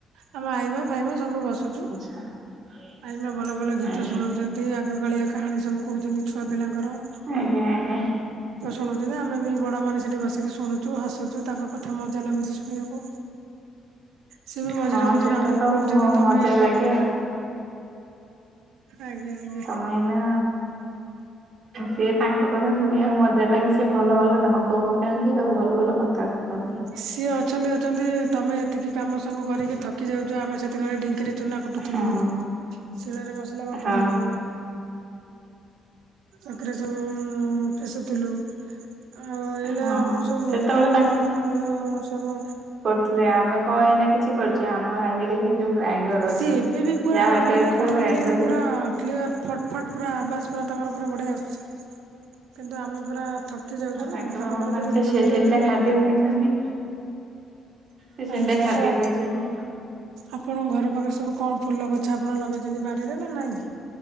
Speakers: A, on the right; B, on the right.
A: ଆମ ଆଇମା ଫାଇମା ସବୁ ବସୁଛୁ।
B: <inaudible>
A: ଆଇମା ଭଲ ଭଲ ଗୀତ
B: ଆଜ୍ଞା।
A: ଶୁଣଉଛନ୍ତି ଆଗକାଳିଆ କାହାଣୀ ସବୁ କହୁଛନ୍ତି ଛୁଆ ପିଲାଙ୍କର।
B: ଆଜ୍ଞା ଆଜ୍ଞା।
A: ଶୁଣୁଛନ୍ତି ଆମେ ବି ବଡ଼ମାନେ ସେଇଠି ବସିକି ଶୁଣୁଛୁ ହସୁଛୁ ତାଙ୍କ କଥା ମଜା ଲାଗୁଛି ଶୁଣିବାକୁ। ସିଏ ବି ମଝିରେ
B: ହଁ
A: ମଝିରେ
B: ସେଟା
A: ଆମକୁ
B: ତ
A: କହୁଛନ୍ତି ତମେ
B: ମଜା
A: ଏଇନା
B: ଲାଗେ ଆଉ।
A: ଆଜ୍ଞା ଆଜ୍ଞା।
B: ତମେ ଏଇନା ସିଏ ତାଙ୍କ କଥା ଶୁଣିବାକୁ ମଜା ଲାଗି ସେ ଭଲ ଭଲ ଢଗ ପକେଇ ନ୍ତି ଆଉ ଭଲ ଭଲ କଥା କୁହନ୍ତି।
A: ସିଏ ଅଛନ୍ତି ଅଛନ୍ତି ତମେ ଏତିକି କାମ ସବୁ କରିକି ଥକି ଯାଉଛ ଆମେ ସେତିକିରେ ଢିଙ୍କିରେ ଚୁନା କୁଟୁଥିଲୁ
B: ହଁ।
A: ଶିଳରେ ମସଲା ବାଟୁଥିଲୁ।
B: ହଁ।
A: ଚକିରେ ସବୁ ଫେସୁଥିଲୁ। ଆଉ ଏଇନା
B: ହଁ
A: ଆମକୁ ସବୁ
B: ସେତେବେଳେ
A: ରୋଗ ଆମର ସବୁ
B: ଥିଲେ ଆମେ କଣ ଏଇନା କିଛି କରୁଛେ ଆମର ଆଜିକାଲି ଯୋଉ ଗ୍ରାଇଣ୍ଡର
A: ସିଏ
B: ଅଛି
A: ଏବେ ବି ପୁରା
B: ଯାହା ବାଟିବାର
A: ମାନେ
B: ଥିବ
A: କଥା
B: ଗ୍ରାଇଣ୍ଡରରେ
A: କହୁଛନ୍ତି ପୁରା କ୍ଲିୟର। ଫଟ୍ ଫଟ୍ ପୁରା ଆବାଜ୍ ପୁରା ତାଙ୍କର ପୁରା ବଢିଆ ଆସୁଛି। କିନ୍ତୁ ଆମେ ପୁରା ଥକି ଯାଉଛୁ
B: ଆଉ ତାଙ୍କର
A: ନା କାମ କରି
B: ମାନେ
A: କରି
B: ସେ
A: ଥକି
B: ସେ ସେମିତିଆ
A: ଯାଉଛୁ ଯେ।
B: ଖାଦ୍ୟ ଖାଇଛନ୍ତି ସେ ସେମିତିଆ
A: ଆଜ୍ଞା
B: ଖାଦ୍ୟ
A: ଆଉ
B: ଖାଇଛନ୍ତି।
A: ଆପଣଙ୍କ ଘର ପାଖରେ ସବୁ କଣ ଫୁଲ ଗଛ ଆପଣ ଲଗେଇଛନ୍ତି ବାରିରେ ନା ନାଇଁ?